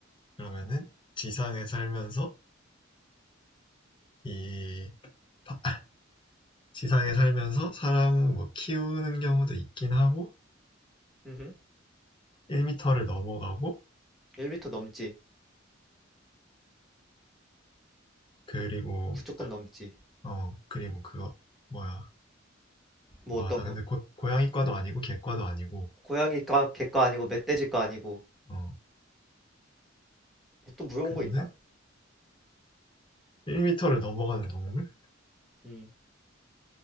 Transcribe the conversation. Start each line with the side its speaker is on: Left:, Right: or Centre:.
Left: 그러면은 지상에 살면서 이 바- 아, 지상에 살면서 사람 뭐 키우는 경우도 있긴 하고
Centre: 음.
Left: 1m를 넘어가고
Centre: 1m 넘지.
Left: 그리고
Centre: 무조건 넘지.
Left: 어 그리고 그거 뭐야
Centre: 뭐
Left: 그거
Centre: 어떤
Left: 하다 근데
Centre: 거?
Left: 고, 고양이과도 아니고 개과도 아니고
Centre: 고양이과, 개과 아니고 멧돼지과 아니고
Left: 어
Centre: 뭐또 물어본
Left: 근데
Centre: 거 있나?
Left: 1m를 넘어가는 동물?
Centre: 음.